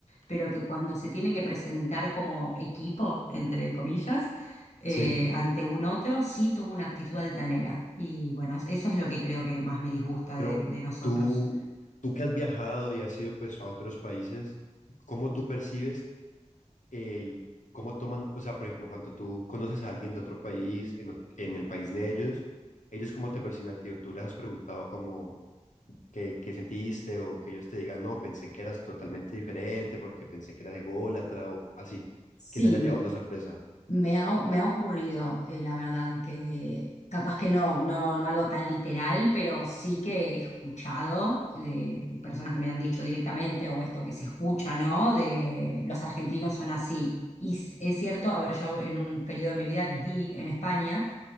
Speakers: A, on the left (about 65°); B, on the left (about 80°).
A: pero que cuando se tiene que presentar como equipo, entre comillas, eh,
B: Sí,
A: ante un otro, sí toma una actitud altanera. Y bueno, eso es lo que creo que más me disgusta
B: pero
A: de de nosotros.
B: tú, tú que has viajado y has ido pues a otros países, ¿cómo tú percibes? el cómo toman, o sea, por ejemplo, cuando tú conoces a alguien de otro país, en, ot- en el país de ellos, ellos cómo te perciben a ti, o tú les has preguntado como qué, qué sentiste, o que ellos te digan, no, pensé que eras totalmente diferente, porque pensé que eras ególatra, o así,
A: Sí,
B: que se hayan
A: me,
B: llevado una sorpresa.
A: me ha, me ha ocurrido, eh, la verdad, que capaz que no, no, no algo tan literal, pero sí que he escuchado de personas que me han dicho directamente, o esto que se escucha, ¿no? De los argentinos son así. Y s- es cierto, a ver, yo en un periodo de mi vida viví en España.